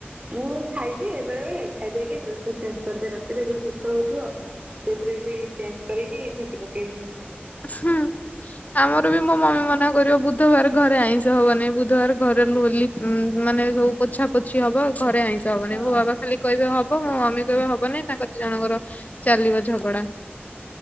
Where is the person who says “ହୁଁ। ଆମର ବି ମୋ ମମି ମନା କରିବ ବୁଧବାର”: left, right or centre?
Left